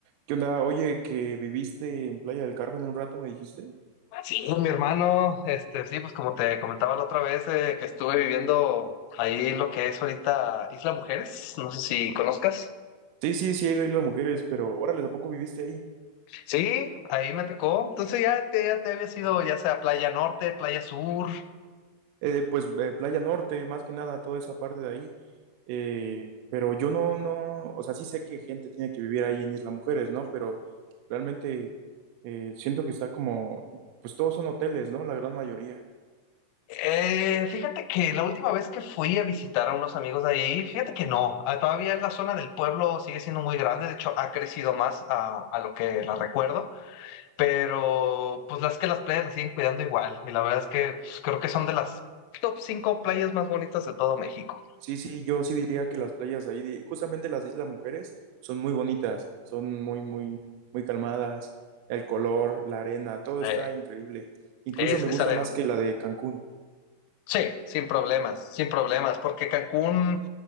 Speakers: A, on the right; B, on the left.
A: ¿Qué onda? Oye, que viviste en Playa del Carmen un rato, me dijiste.
B: Sí, mi hermano, este, sí, pues como te comentaba la otra vez, eh, que estuve viviendo ahí lo que es ahorita Isla Mujeres, no sé si conozcas.
A: Sí, sí, sí, he ido a Isla Mujeres, pero órale, ¿a poco viviste ahí?
B: Sí, ahí me tocó. Entonces ya te, ya te había sido ya sea Playa Norte, Playa Sur.
A: Eh, pues eh, Playa Norte, más que nada, toda esa parte de ahí. Eh, pero yo no, no, o sea, sí sé que gente tiene que vivir ahí en Isla Mujeres, ¿no? Pero realmente eh, siento que está como, pues todos son hoteles, ¿no? La gran mayoría.
B: Eh, fíjate que la última vez que fui a visitar a unos amigos de ahí, fíjate que no, ah, todavía la zona del pueblo sigue siendo muy grande, de hecho ha crecido más a, a lo que la recuerdo. Pero pues las que las playas las siguen cuidando igual. Y la verdad es que pues, creo que son de las top 5 playas más bonitas de todo México.
A: Sí, sí, yo sí diría que las playas de ahí, de- justamente las de Isla Mujeres, son muy bonitas, son muy, muy, muy calmadas, el color, la arena, todo
B: Eh,
A: está increíble. Incluso
B: es,
A: me
B: es
A: gusta
B: arena.
A: más que la de Cancún.
B: Sí, sin problemas, sin problemas, porque Cancún,